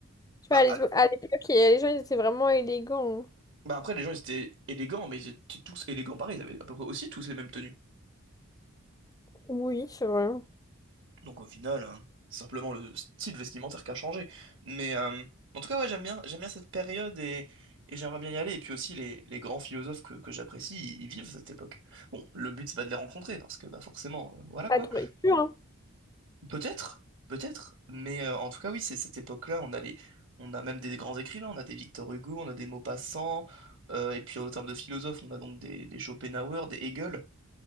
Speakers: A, on the left; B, on the right.
A: Tu
B: Bah,
A: vois, à l'é-
B: à-
A: à l'époque, il y a- les gens, ils étaient vraiment élégants.
B: bah après, les gens, ils étaient élégants, mais ils étaient tous élégants pareil. Ils avaient à peu près aussi tous les mêmes tenues.
A: Oui, c'est vrai.
B: Donc au final, euh, c'est simplement le style vestimentaire qui a changé. Mais euh, en tout cas, ouais, j'aime bien, j'aime bien cette période et, et j'aimerais bien y aller. Et puis aussi, les, les grands philosophes que, que j'apprécie, ils, ils vivent cette époque. Bon, le but, c'est pas de les rencontrer, parce que bah forcément, euh, voilà
A: Ah,
B: quoi.
A: t'aurais pu, hein.
B: Peut-être, peut-être, mais euh, en tout cas, oui, c'est cette époque-là, on a les, on a même des grands écrivains, on a des Victor Hugo, on a des Maupassant, euh, et puis en termes de philosophes, on a donc des, des Schopenhauer, des Hegel.